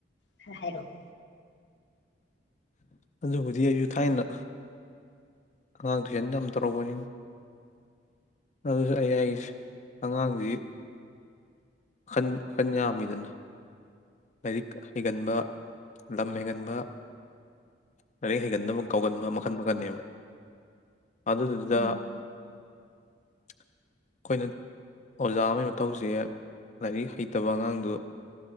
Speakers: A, on the left; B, on the left.
A: ꯈꯔ ꯍꯥꯏꯔꯛꯑꯣ
B: ꯑꯗꯨꯕꯨꯗꯤ ꯑꯩꯁꯨ ꯊꯥꯏꯅ ꯑꯉꯥꯡ ꯇꯨꯏꯁꯟ ꯌꯥꯝ ꯇꯧꯔꯛꯄꯅꯤ ꯑꯗꯨꯁꯨ ꯑꯩ ꯍꯥꯏ ꯑꯉꯥꯡꯁꯤ ꯟ ꯈꯟꯌꯥꯃꯤꯗꯅ ꯂꯥꯏꯔꯤꯛ ꯍꯩꯒꯟꯕ ꯂꯝ ꯍꯦꯟꯒꯟꯕ ꯂꯥꯏꯔꯤꯛ ꯍꯩꯒꯟꯅꯕ ꯀꯥꯎꯒꯟꯕ ꯃꯈꯜ ꯃꯈꯟꯕ ꯑꯗꯨꯗꯨꯗ
A: ꯎꯝ ꯎꯝ
B: ꯑꯩꯈꯣꯏꯅ ꯑꯣꯖꯥ ꯑꯃꯒꯤ ꯃꯊꯧꯁꯦ ꯂꯥꯏꯔꯤꯛ ꯍꯩꯇꯕ ꯑꯉꯥꯡꯗꯨ